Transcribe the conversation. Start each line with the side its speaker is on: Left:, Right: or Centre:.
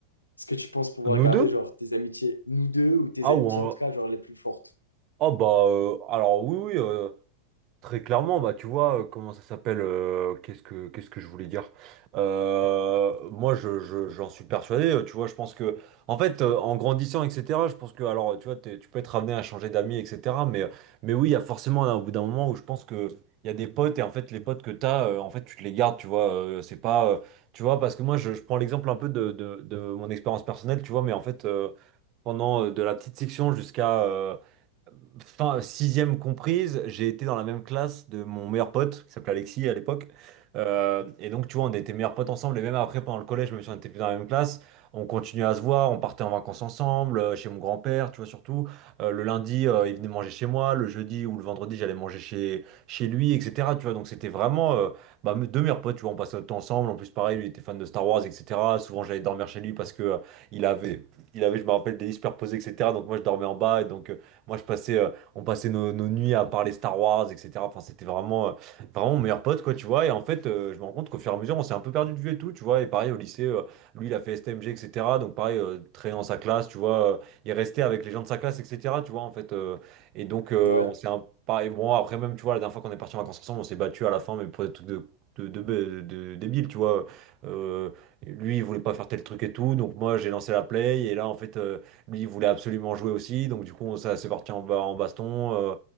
Left: Est-ce que tu penses pouvoir
Right: Nous
Left: garder
Right: deux?
Left: genre tes amitiés, nous deux, ou tes
Right: Ah,
Left: amitiés
Right: ou en-
Left: en tout cas, genre les plus fortes?
Right: Ah, bah, euh, alors oui, oui. euh, Très clairement, bah tu vois, euh, comment ça s'appelle, euh, qu'est-ce que qu'est-ce que je voulais dire? Euh, moi je, je- j'en suis persuadé, euh, tu vois, je pense que en fait euh, en grandissant, etc., je pense que alors tu vois, t'es- tu peux être amené à changer d'amis, etc. Mais, mais oui, il y a forcément un au bout d'un moment où je pense que il y a des potes et en fait les potes que t'as, euh, en fait tu te les gardes, tu vois. euh, c'est pas euh, tu vois, parce que moi je, je prends l'exemple un peu de, de, de mon expérience personnelle, tu vois, mais en fait euh, pendant euh, de la petite section jusqu'à fin sixième comprise, j'ai été dans la même classe de mon meilleur pote, qui s'appelait Alexis à l'époque. Euh, et donc, tu vois, on était meilleurs potes ensemble. Et même après, pendant le collège, même si on était plus dans la même classe, on continuait à se voir. On partait en vacances ensemble, euh, chez mon grand-père, tu vois, surtout. Euh, le lundi, euh, il venait manger chez moi. Le jeudi ou le vendredi, j'allais manger chez, chez lui, etc. Tu vois, donc c'était vraiment euh, bah, mes- deux meilleurs potes, tu vois. On passait notre temps ensemble. En plus, pareil, lui était fan de Star Wars, etc. Souvent, j'allais dormir chez lui parce que euh, il avait, il avait, je me rappelle, des lits superposés, etc. Donc, moi, je dormais en bas. Et donc, euh, moi, je passais. euh, on passait nos, nos nuits à parler Star Wars, etc. Enfin, c'était vraiment, euh, vraiment mon meilleur pote, quoi, tu vois. Et en fait, euh, je me rends compte qu'au fur et à mesure, on s'est un peu perdu de vue et tout, tu vois. Et pareil, au lycée, euh, lui, il a fait STMG, etc. Donc, pareil, euh, très dans sa classe, tu vois. euh, il restait avec les gens de sa classe, etc. Tu vois, en fait. euh, et donc, euh,
Left: Ouais.
Right: on s'est un pareil, bon, après, même, tu vois, la dernière fois qu'on est parti en vacances ensemble, on s'est battu à la fin, mais pour des trucs de, de, de, de- de- débiles, tu vois. Euh, lui, il voulait pas faire tel truc et tout, donc moi, j'ai lancé la play, et là, en fait. euh, lui, il voulait absolument jouer aussi, donc du coup, ça s'est parti en, ba- en baston. euh,